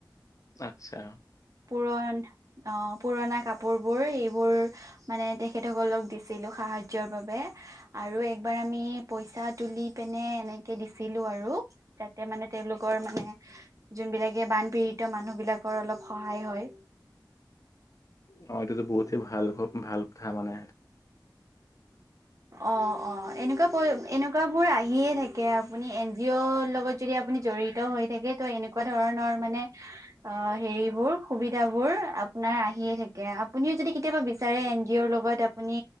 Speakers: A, on the left; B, on the right.
A: আতছা।
B: পুৰণ অ', পুৰণা কাপোৰবোৰ এইবোৰ মানে তেখেতসকলক দিছিলোঁ সাহা যৰ বাবে, আৰু একবাৰ আমি পইচা তুলি পিনে এনেকে দিছিলোঁ আৰু। যাতে মানে তেওঁলোকৰ মানে যোনবিলাকে বানপীড়িত মানুহবিলাকৰ অলপ সহায় হয়।
A: অ', এইটোতো বহুতেই ভাল, ভাল কথা মানে।
B: অ', অ', এনেকুৱা <unintelligible> এনেকুৱাবোৰ আহিয়ে থাকে, আপুনি এন জি অ'ৰ লগত যদি আপুনি জড়িত হৈ থাকে ত' এনে এনেকুৱা ধৰণৰ মানে অ', হেৰিবোৰ সুবিধাবোৰ আপোনাৰ আহিয়ে থাকে, আপুনি যদি কেতিয়াবা বিচাৰে এন জি অ'ৰ লগত আপুনি